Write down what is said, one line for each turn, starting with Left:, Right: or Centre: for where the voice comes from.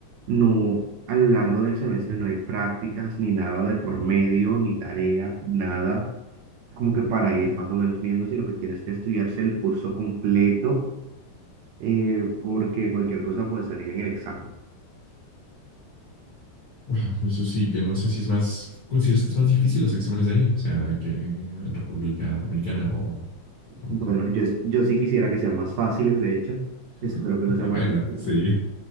Right: no, a lo largo del semestre no hay prácticas, ni nada de por medio, ni tarea, nada, como que para ir más o menos viendo, sino que tienes que estudiarse el curso completo, eh, porque cualquier cosa puede salir en el examen.
Left: wow, eso sí, que no sé si es más, ¿consideras que es más difícil los exámenes de ahí? O sea, que en República Dominicana o, o
Right: Bueno,
Left: no.
Right: yo, es- yo sí quisiera que sean más fáciles, de hecho,
Left: <laughs>
Right: espero que no sean
Left: Bueno,
Right: más difíciles.
Left: sí,